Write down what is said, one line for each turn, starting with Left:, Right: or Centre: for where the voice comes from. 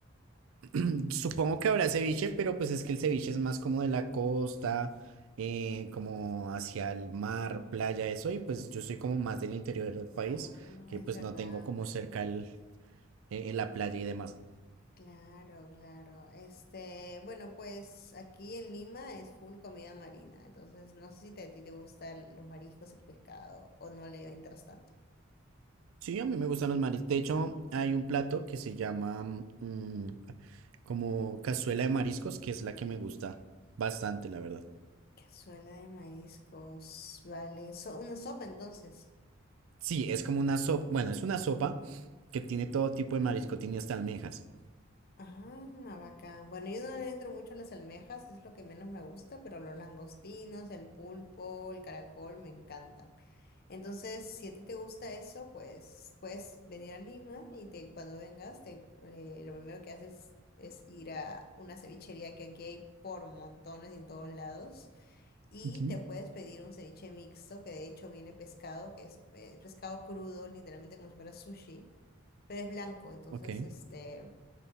Right: <clears throat> Supongo que habrá ceviche, pero pues es que el ceviche es más como de la costa, eh, como hacia el mar, playa, eso, y pues yo soy como más del interior del país,
Left: Ah,
Right: que
Left: es
Right: pues
Left: verdad.
Right: no tengo como cerca el, eh, la playa y demás.
Left: Claro, claro. Este, bueno, pues aquí en Lima es full comida marina, entonces no sé si te- a ti te gustan los mariscos, el pescado o no le entras tanto.
Right: Sí, a mí me gustan los mariscos. De hecho, hay un plato que se llama mm, como cazuela de mariscos, que es la que me gusta bastante, la verdad.
Left: Cazuela de mariscos, vale. So, una sopa entonces.
Right: Sí, es como una sopa, bueno, es una sopa que tiene todo tipo de marisco, tiene hasta almejas.
Left: Ah, bacán. Bueno, yo no le entro mucho a las almejas, es lo que menos me gusta, pero los langostinos, el pulpo, el caracol me encantan. Entonces, si a ti te gusta eso, pues puedes venir a Lima y te, cuando vengas, te, eh, lo primero que haces es ir a una cevichería que aquí hay por montones y en todos lados. Y
Right: Ujú,
Left: te puedes pedir un ceviche mixto, que de hecho viene pescado, que es, eh, pescado crudo, literalmente como si fuera sushi, pero es blanco, entonces
Right: Ok.
Left: este...